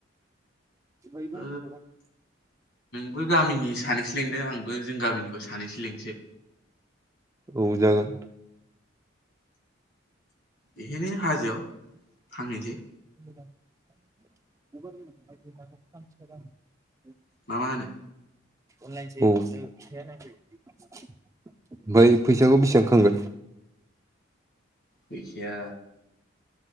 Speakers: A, on the right; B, on the left.
A: <unintelligible>
B: ओ नोंबो गामिनि सानैसो लेंदों आंबो जों गामिनिखौ सानैसो लिंनोसै
A: औ जागोन
B: बेखायनो हाजोआव हांहैसै
A: <unintelligible>
B: ना मा होनो
A: औ ओमफ्राय फैसाखौ बेसेबां खांगोन
B: फैसाया